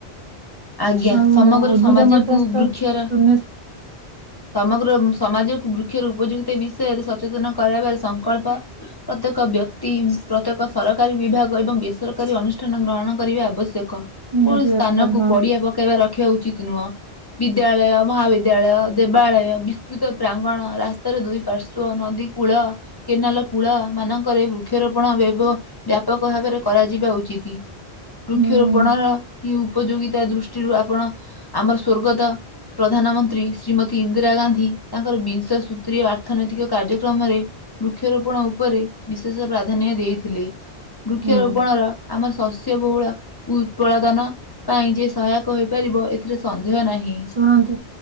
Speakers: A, on the left; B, on the right.
A: ଆଜ୍ଞା
B: ଆଉ
A: ସମଗ୍ର
B: ଉଦ୍ଭିଦ
A: ସମାଜକୁ
B: ମଧ୍ୟସ୍ଥ
A: ବୃକ୍ଷର
B: ଶୂନ୍ୟ <inaudible>
A: ସମଗ୍ର ସମାଜକୁ ବୃକ୍ଷର ଉପଯୋଗିତା ବିଷୟରେ ସଚେତନ କରାଇବାରେ ସଂକଳ୍ପ ପ୍ରତ୍ୟେକ ବ୍ୟକ୍ତି ପ୍ରତ୍ୟେକ ସରକାରୀ ବିଭାଗ ଏବଂ ବେସରକାରୀ ଅନୁଷ୍ଠାନ ଗ୍ରହଣ କରିବା ଆବଶ୍ୟକ
B: ନିହାତି
A: କୌଣସି ସ୍ଥାନକୁ
B: ଦରକାର ହଁ
A: ପଡିଆ ପକେଇବା ରଖିବା ଉଚିତ ନୁହଁ ବିଦ୍ୟାଳୟ ମହାବିଦ୍ ବିଦ୍ୟାଳୟ ଦେବାଳୟ ବିସ୍ତୃତ ପ୍ରାଙ୍ଗଣ ରାସ୍ତାର ଦୁଇ ପାର୍ଶ୍ଵ ନଦୀ କୂଳ କେନାଲ କୂଳ ମାନଙ୍କରେ ବୃକ୍ଷରୋପଣ ବ୍ୟବ ବ୍ୟାପକ ଭାବରେ କରାଯିବା ଉଚିତ ବୃକ୍ଷରୋପଣର
B: ହୁଁ
A: ଏ ଉପଯୋଗିତା ଦୃଷ୍ଟିରୁ ଆପଣ ଆମର ସ୍ଵର୍ଗତ ପ୍ରଧାନମନ ତ୍ରି ଶ୍ରୀମତୀ ଇନ୍ଦିରା ଗାନ୍ଧୀ ତାଙ୍କର ବିଂଶ ସୂତ୍ରୀୟ ଆର୍ଥନୈତିକ କାର୍ଯ୍ୟକ୍ରମରେ ବୃକ୍ଷରୋପଣ ଉପରେ ବିଶେଷ ପ୍ରାଧାନ୍ୟ ଦେଇଥିଲେ ବୃକ୍ଷରୋପଣର
B: ହୁଁ
A: ଆମର ଶସ୍ୟ ବହୁଳ ଉତ୍ପଳଦନ ପାଇଁ ଯେ ସହାୟକ ହୋଇପାରିବ ଏଥିରେ ସନ୍ଦେହ ନାହିଁ।
B: ଶୁଣନ୍ତୁ